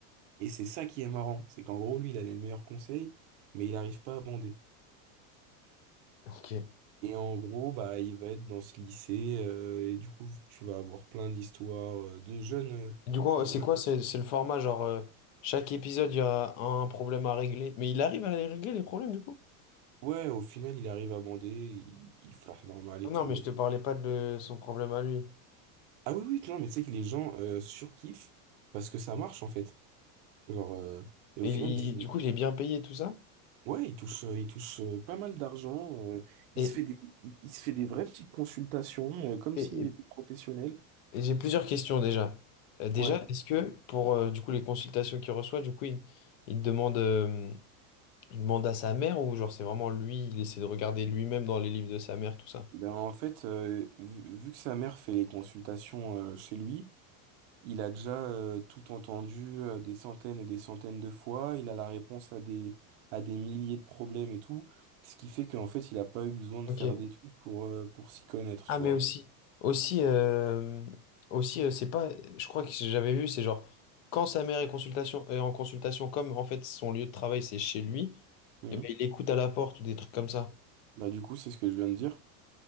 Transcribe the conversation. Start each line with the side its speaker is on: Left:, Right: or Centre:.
Right: et c'est ça qui est marrant, c'est qu'en gros, lui, il a les meilleurs conseils, mais il n'arrive pas à bander.
Left: Ok.
Right: Et en gros, bah, il va être dans ce lycée, euh, et du coup, tu vas avoir plein d'histoires euh, de jeunes, euh,
Left: Du coup,
Right: de
Left: c'est
Right: jeunes-
Left: quoi? C'est c'est le format, genre, euh, chaque épisode, il y a un problème à régler. Mais il arrive à les régler, les problèmes, du coup?
Right: Ouais, au final, il arrive à bander, il, il flirte normal
Left: Ah
Right: et
Left: non,
Right: tout.
Left: mais
Right: ouais.
Left: je te parlais pas de son problème à lui.
Right: Ah oui, oui, non, mais tu sais que les gens euh, surkiffent parce que ça marche, en fait. Genre, euh, et
Left: Et
Right: au final,
Left: il-
Right: ils se
Left: il- du coup, il est bien payé, tout ça.
Right: Ouais, il touche, euh, il touche euh, pas mal d'argent. euh, il
Left: Et,
Right: se fait des, il, il se fait des vraies petites consultations, euh, comme
Left: et-
Right: s'il
Left: et-
Right: était professionnel.
Left: et j'ai plusieurs questions déjà. Euh, déjà,
Right: Ouais.
Left: est-ce que pour euh, du coup les consultations qu'il reçoit, du coup, il, il te demande. euh, Il demande à sa mère ou genre c'est vraiment lui, il essaie de regarder lui-même dans les livres de sa mère, tout ça.
Right: Ben en fait, euh, vu, vu que sa mère fait les consultations euh, chez lui, il a déjà euh, tout entendu euh, des centaines et des centaines de fois. Il a la réponse à des, à des milliers de problèmes et tout. Ce qui fait qu'en fait, il a pas eu besoin de
Left: Ok.
Right: faire d'études pour, euh, pour s'y connaître,
Left: Ah
Right: tu
Left: mais
Right: vois.
Left: aussi, aussi, euh, aussi euh, c'est pas, je crois que j'avais vu, c'est genre quand sa mère est, consultation, est en consultation, comme en fait son lieu de travail c'est chez lui,
Right: Mhm.
Left: et ben il écoute à la porte ou des trucs comme ça.
Right: Bah, du coup, c'est ce que je viens de dire.